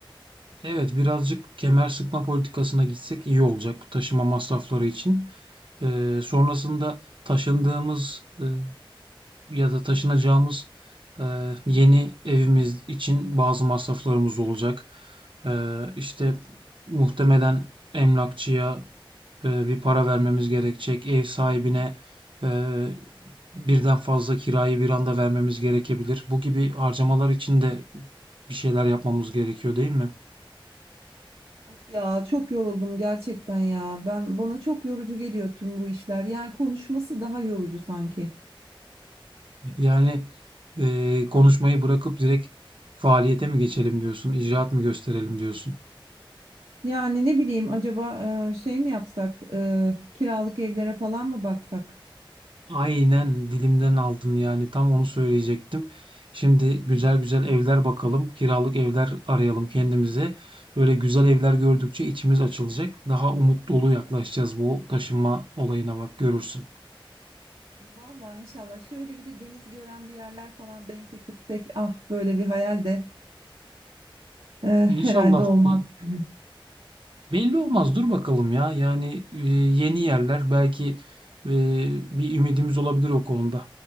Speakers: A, on the right (about 65°); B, on the right (about 80°).
A: Evet, birazcık kemer sıkma politikasına gitsek iyi olacak bu taşıma masrafları için. Ee, sonrasında taşındığımız e, ya da taşınacağımız e, yeni evimiz için bazı masraflarımız olacak. Ee, işte muhtemelen emlakçıya e, bir para vermemiz gerekecek. Ev sahibine e, birden fazla kirayı bir anda vermemiz gerekebilir. Bu gibi harcamalar için de bir şeyler yapmamız gerekiyor, değil mi?
B: Of ya çok yoruldum gerçekten ya. Ben bana çok yorucu geliyor tüm bu işler. Yani konuşması daha yorucu sanki.
A: Yani eee, konuşmayı bırakıp direkt faaliyete mi geçelim diyorsun, icraat mı gösterelim diyorsun.
B: Yani ne bileyim acaba e, şey mi yapsak? e, kiralık evlere falan mı baksak?
A: Aynen dilimden aldın yani tam onu söyleyecektim. Şimdi güzel güzel evler bakalım, kiralık evler arayalım kendimize. Böyle güzel evler gördükçe içimiz açılacak. Daha umut dolu yaklaşacağız bu taşınma olayına bak görürsün.
B: Vallahi inşallah şöyle bir de deniz gören bir yerler falan denk getirsek ah böyle bir hayal de e,
A: İnşallah
B: herhalde olmaz.
A: i-
B: yani.
A: belli olmaz dur bakalım ya. Yani e, yeni yerler belki e, bir ümidimiz olabilir o konuda.